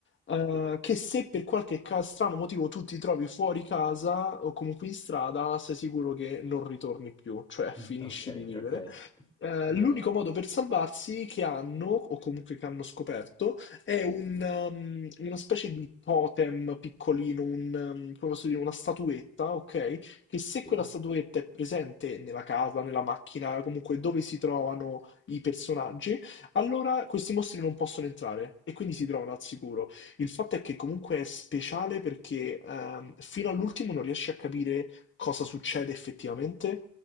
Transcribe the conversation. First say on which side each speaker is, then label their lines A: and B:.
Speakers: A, on the left; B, on the left.
A: eh,
B: sì.
A: che se per qualche ca- strano motivo tu ti trovi fuori casa o comunque in strada, sei sicuro che non ritorni più, cioè finisci
B: Mm, Ok,
A: di vivere.
B: ok.
A: Eh,
B: Direi
A: l'unico modo per salvarsi che hanno, o comunque che hanno scoperto, è un, um, una specie di totem piccolino, un, um, come posso dire, una statuetta, ok? Che se
B: sì.
A: quella statuetta è presente nella casa, nella macchina, comunque dove si trovano i personaggi, allora questi mostri non possono entrare e quindi si trovano al sicuro. Il fatto è che comunque è speciale perché ehm, fino all'ultimo non riesci a capire cosa succede effettivamente,